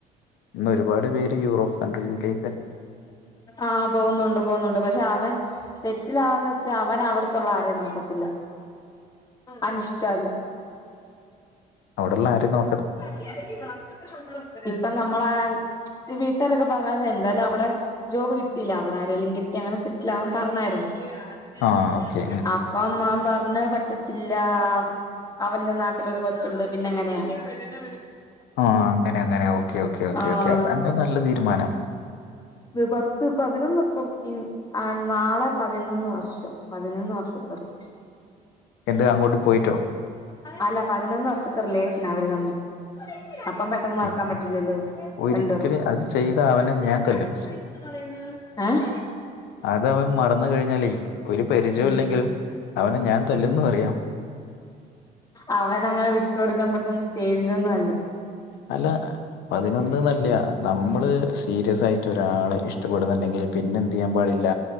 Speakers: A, on the left; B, on the left.
A: ഇന്ന് ഒരുപാട് പേര് യൂറോപ്പ് കൺട്രിയിലേ
B: ആഹ് പോകുന്നുണ്ട് പോകുന്നുണ്ട്. പക്ഷെ അവൻ സെറ്റിൽ ആവാന്ന് വെച്ചാ അവൻ അവിടത്തുള്ള ആരേം നോക്കത്തില്ല. അനിഷ്ട അല്ലെ
A: അവിടെള്ളെ ആരും നോ
B: മര്യാദക്ക് വാ ഇപ്പൊ നമ്മളാ വീട്ടുകാരൊക്കെ പറഞ്ഞത് എന്തായാലും അവടെ ജോബ് കിട്ടിയില്ല അവിടെ ആരേലും കിട്ടിയ അങ്ങനെ സെറ്റിൽ ആവാൻ പറഞ്ഞായിരുന്നു. <unintelligible>
A: ആഹ് ഓക്കെ
B: അ അപ്പൊ മ്മാവൻ പറഞ് പറ്റത്തില്ലാ. അവന്റെ നാട്ടിലൊരു കൊച്ചുണ്ട് പിന്നെ എങ്ങനെയാ പെണ്ണിന്റെ <unintelligible>
A: ആ അങ്ങനെ അങ്ങനെ ഓക്കെ ഓക്കേ ഓക്കേ
B: ആ
A: ഓക്കേ തന്റെ നല്ല തീരുമാനം
B: ത് പത്ത് പതിനൊന്ന് വട്ടം ൻ ആഹ് നാളെ പതിനൊന്ന് വർഷം പതിനൊന്ന് വർഷത്തെ റിലേഷൻ
A: എന്ത് അങ്ങോട്ട് പോയിട്ടോ
B: അല്ല പതിനൊന്ന് വർഷത്തെ റിലേഷനാ അവര് തമ്മി അപ്പം പെട്ടെന്ന്
A: പി-
B: മറക്കാൻ പറ്റൂലല്ലോ
A: ഒരിക്കലും
B: രണ്ട് പേർക്കും
A: അത് ചെയ്ത അവനെ
B: <unintelligible>
A: ഞാൻ തല്ലും
B: ഏഹ്
A: അത് അവൻ മറന്ന് കഴിഞ്ഞാലേ ഒരു പരിചയം
B: ഉം
A: ഇല്ലെങ്കിലും അവനെ ഞാൻ തല്ലുംന്ന് പറയാ
B: അവന് അങ്ങനെ വിട്ടൊടുക്കാൻ പറ്റുന്ന സ്റ്റേജിലൊന്നും അല്ല
A: അല്ല പ്പ അതിനൊന്നന്നല്ല നമ്മള് സീരിയസ് ആയിട്ട് ഒരാളെ ഇഷ്ടപ്പെടുന്നുണ്ടെങ്കില് പിന്നെ എന്ത് ചെയ്യാൻ പാടില്ല